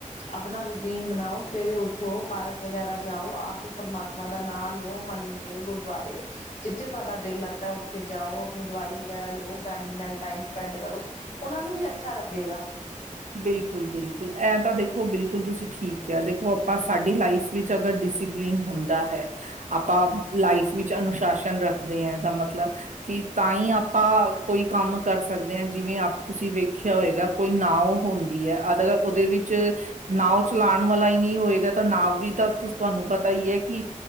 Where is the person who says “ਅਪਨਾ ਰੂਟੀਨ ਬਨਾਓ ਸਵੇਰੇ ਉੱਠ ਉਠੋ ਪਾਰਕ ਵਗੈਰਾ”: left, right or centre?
Left